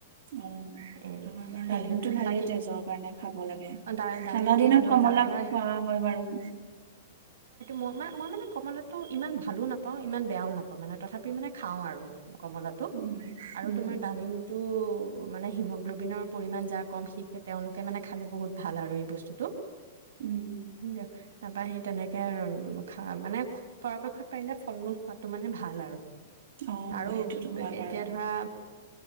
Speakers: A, on the right; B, on the right.
A: উম-
B: এ
A: বাৰু
B: সেই
A: ডালিমটো ভালেই
B: বাকী
A: তেজৰ কাৰণে খাব লাগে।
B: অ ডা ডালিমটো
A: ঠাণ্ডা দিনত
B: ভাল ন
A: কমলা
B: যাৰ ধৰা
A: খোৱা হয় বাৰু।
B: মই-মই মানে কমলাটো ইমান ভালো নাপাওঁ ইমান বেয়াও নাপাওঁ মানে তথাপিও মানে খাওঁ আৰু। কমলাটো?
A: উম
B: আৰু
A: উম
B: তোমাৰ ডালিম- ও মানে হিমগ্ল'বিনৰ পৰিমাণ যাৰ কম হিতকে তেওঁলোকে মানে খালে বহুত- ভাল আৰু এই বস্তুটো।
A: উম
B: দিয়ক <unintelligible> তাবাহি সি তেনেকে আৰু খা- মানে পৰাপক্ষত পাৰিলে ফল মূল খোৱাত- তটো মানে ভাল
A: অ
B: আৰু আৰু
A: সেইটোতো হয়
B: এতিয়া
A: বাৰু
B: ধৰা